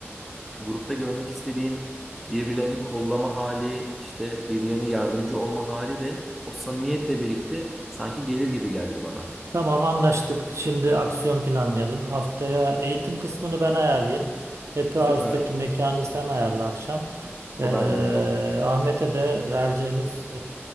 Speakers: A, in the centre; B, on the right.
A: grupta görmek istediğim birbirlerini kollama hali, işte birbirlerine yardımcı olma hali de o samimiyetle birlikte sanki gelir gibi geldi bana.
B: Tamam anlaştık. Şimdi aksiyon planlayalım. Haftaya eğitim kısmını ben ayarlayayım. Happy House'daki
A: Süper.
B: mekanı sen ayarla akşam. Ee,
A: O bende tamam.
B: Ahmet'e de vereceğimiz e,